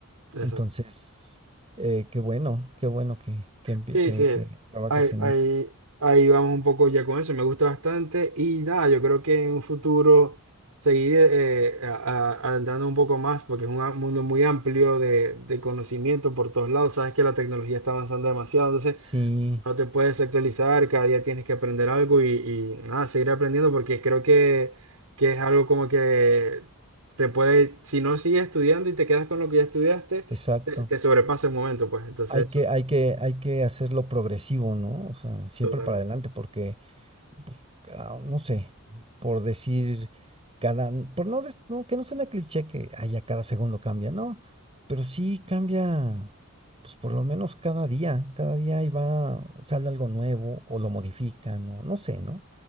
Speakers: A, on the right; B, on the right.
A: exacto,
B: Entonces, eh, qué bueno, qué bueno que, que, empie-
A: Sí,
B: que-
A: sí,
B: que trabajes
A: ahí,
B: en
A: ahí,
B: eso.
A: ahí vamos un poco ya con eso, me gusta bastante y nada, yo creo que en un futuro seguir eh, eh, a- a- adentrando un poco más porque es un a- mundo muy amplio de, de conocimiento por todos lados, sabes que la tecnología está avanzando demasiado, entonces
B: Sí,
A: no te puedes actualizar, cada día tienes que aprender algo y, y nada, seguir aprendiendo porque creo que, que es algo como que te puede, si no sigues estudiando y te quedas con lo que ya estudiaste,
B: exacto.
A: te, te sobrepasa el momento, pues entonces
B: Hay que,
A: eso,
B: hay que, hay que hacerlo progresivo, ¿no? O sea, siempre
A: totalmente.
B: para adelante, porque pues, ah, no sé, por decir cada, por no, des- no, que no suena cliché que ay, a cada segundo cambia, no, pero sí cambia, pues por lo menos cada día, cada día ahí va, sale algo nuevo o lo modifican o no sé, ¿no?